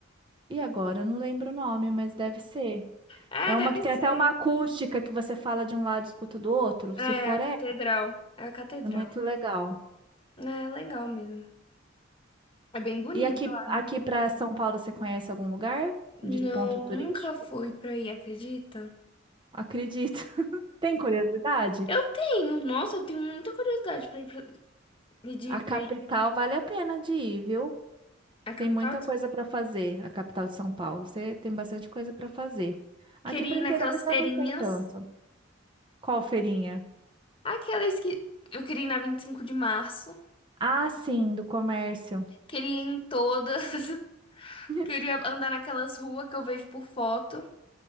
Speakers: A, on the right (about 25°); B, on the left (about 25°).
A: E agora eu não lembro o nome, mas deve ser.
B: É,
A: É uma
B: deve
A: que tem
B: ser.
A: até uma acústica que você fala de um lado e escuta do outro.
B: É,
A: Se for,
B: a
A: é,
B: catedral. É a catedral.
A: é muito legal.
B: É legal mesmo. É bem bonita
A: E aqui,
B: lá,
A: aqui
B: né?
A: para São Paulo, você conhece algum lugar de
B: Não,
A: ponto
B: nunca
A: turístico?
B: fui pra aí, acredita?
A: Acredito. <laughs> Tem curiosidade?
B: Eu tenho, nossa, eu tenho muita curiosidade pra ir pra, de
A: A
B: ir
A: capital
B: pra aí.
A: vale a pena de ir, viu?
B: A capital?
A: Tem muita coisa para fazer, a capital de São Paulo. Você tem bastante coisa para fazer. Aqui
B: Queria
A: para
B: ir
A: o interior
B: naquelas
A: já
B: feirinhas.
A: não tem tanto. Qual feirinha?
B: Aquelas que eu queria ir na 25 de março.
A: Ah, sim, do comércio.
B: Queria ir em todas. <laughs>
A: <laughs>
B: Queria andar naquelas ruas que eu vejo por foto.